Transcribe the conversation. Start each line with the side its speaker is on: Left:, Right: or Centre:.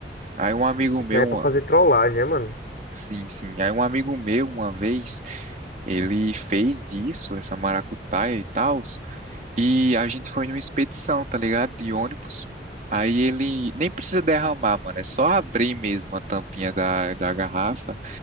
Right: Aí um amigo
Left: Isso
Right: meu,
Left: aí é pra
Right: uma-
Left: fazer trollagem, né, mano?
Right: sim, sim, aí um amigo meu, uma vez, ele fez isso, essa maracutaia e tal, e a gente foi numa expedição, tá ligado? De ônibus. Aí ele nem precisa derramar, mano, é só abrir mesmo a tampinha da, da garrafa.